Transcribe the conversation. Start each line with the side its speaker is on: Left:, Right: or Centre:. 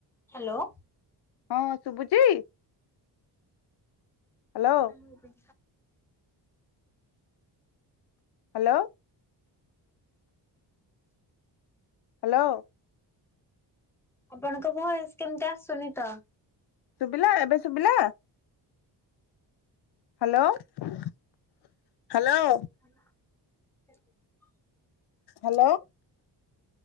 Centre: ହ୍ୟାଲୋ।
Left: ହଁ ଶୁଭୁଛି? ହ୍ୟାଲୋ
Centre: ତା ମୁଁ ଖ-
Left: ହ୍ୟାଲୋ। ହ୍ୟାଲୋ।
Centre: ଆପଣଙ୍କ ଭଏସ କେମିତି ଆସୁନି ତ?
Left: ଶୁଭିଲା ଏବେ ଶୁଭିଲା? Hello hello.
Centre: ହ।
Left: ହ୍ୟାଲୋ।